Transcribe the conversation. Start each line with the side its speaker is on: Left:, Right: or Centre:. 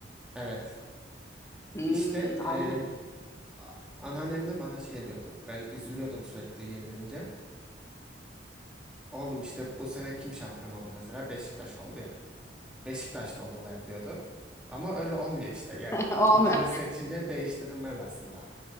Centre: Evet.
Left: Hmm,
Centre: İşte
Left: aynen.
Centre: eee a- anneannem de bana şey diyordu. Ben üzülüyordum sürekli yenilince. Oğlum işte bu sene kim şampiyon oldu mesela? Beşiktaş oldu ya. Beşiktaş da oldular diyordu. Ama öyle olmuyor işte. Yani
Left: <laughs> Olmuyor.
Centre: bir kere seçince değiştirilmez aslında.